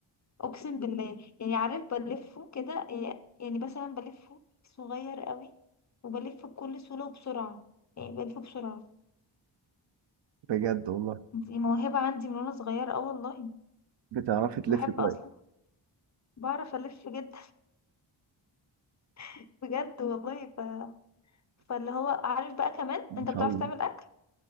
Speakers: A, on the left (about 35°); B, on the right (about 65°).
A: اقسم بالله يعني عارف بلفه كده إيه، يعني مثلا بلفه صغير قوي وبلفه بكل سهوله وبسرعه يعني بلفه بسرعه
B: بجد والله
A: دي موهبه عندي من وانا صغيره اه والله
B: بتعرفي تلفي
A: بحب
B: كويس
A: اصلا بعرف الف جدا <laughs> بجد والله ف... فاللي هو عارف بقى كمان
B: ما
A: انت
B: شاء
A: بتعرف
B: الله
A: تعمل اكل